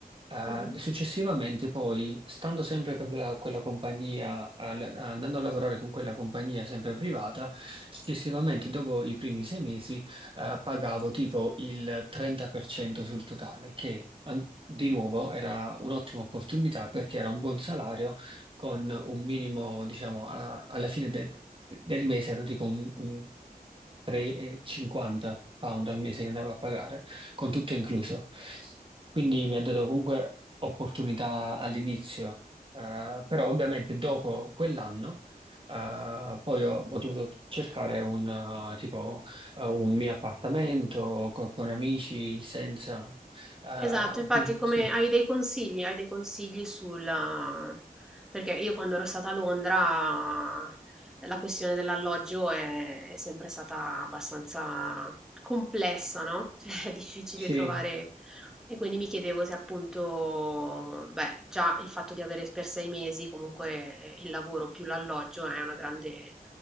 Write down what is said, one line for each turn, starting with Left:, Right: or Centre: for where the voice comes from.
Right: Eh,
Centre: mhm.
Right: successivamente poi, stando sempre per la- quella compagnia, al- andando a lavorare con quella compagnia sempre privata, successivamente dopo i primi sei mesi eh, pagavo tipo il 30% sul totale, che an- di nuovo era un'ottima opportunità perché era un buon salario con un minimo, diciamo, a- alla fine de- del mese erano tipo un, un 3,50 pound al mese che andavo a pagare, con tutto incluso. Quindi mi ha dato comunque opportunità all'inizio, eh, però ovviamente dopo quell'anno eh, poi ho, ho dovuto cercare un eh, tipo eh, un mio appartamento co- con, amici senza... eh,
Centre: Esatto, infatti
Right: quindi
Centre: come
Right: sì.
Centre: hai dei consigli, hai dei consigli sulla... perché io quando ero stata a Londra la questione dell'alloggio è, è sempre stata abbastanza complessa, no? <laughs> Cioè è difficile
Right: Sì.
Centre: trovare e quindi mi chiedevo se appunto, beh, già il fatto di avere per sei mesi comunque eh, il lavoro più l'alloggio è una grande,